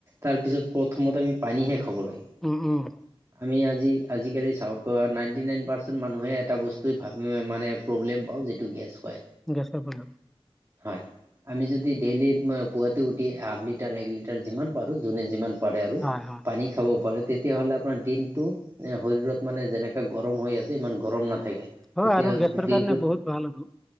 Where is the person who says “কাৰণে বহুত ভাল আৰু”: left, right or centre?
Centre